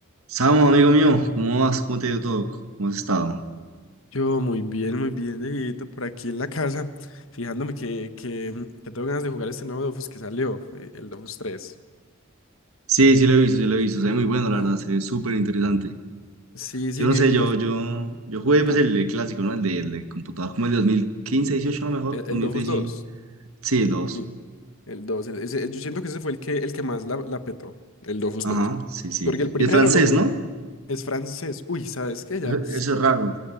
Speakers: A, on the right (about 85°); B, on the left (about 65°).
A: Samo, amigo mío, ¿cómo vas? ¿Cómo te ha ido todo? ¿Cómo has estado?
B: Yo muy bien, muy bien, Dieguito, por aquí en la casa, fijándome que, que, mm, que tengo ganas de jugar este nuevo Dofus que salió, eh, el Dofus tres.
A: Sí, sí lo he visto, sí lo he
B: Sí,
A: visto. Se ve muy bueno, la
B: Ajá.
A: verdad, se ve súper interesante.
B: Sí,
A: Yo
B: sí,
A: no
B: vi-
A: sé,
B: no,
A: yo, yo, yo jugué
B: contame.
A: pues el, clásico, ¿no? El de, el de computador, como el de 2015, 18 a lo mejor,
B: El, el
A: 2016.
B: Dofus dos.
A: Sí, el 2.
B: Sí, el dos, el- ese- yo siento que ese fue el que, el que más la, la petó, el Dofus
A: Ajá,
B: dos,
A: sí, sí.
B: Porque el primero
A: Y el francés,
B: lo jugaron,
A: ¿no?
B: es francés. Uy, ¿sabes qué? Ya.
A: Eso, eso es raro.